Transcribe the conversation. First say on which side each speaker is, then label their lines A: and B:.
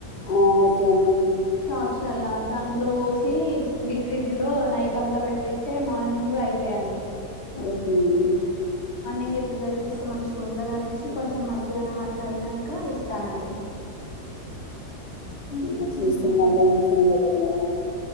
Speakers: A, on the left; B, on the left.
A: ఓకే అండి
B: కప్స్ అలా దాంట్లో పోసి డీ ఫ్రిజ్లో లో నైట్ అంతా పెట్టేస్తే మార్నింగ్ అయితాయండి
A: ఓకే అండి
B: ఇంకా పిల్లలకి ఇస్తే మంచిగా ఉండదునేసి కొంచెం మధ్యాహ్నం అట్లా అయినాక ఇస్తానండి హ్మ్,
A: అట్లీస్తేనే
B: హ్మ్.
A: మధ్యానం ఇస్తానే బెటర్ కదండీ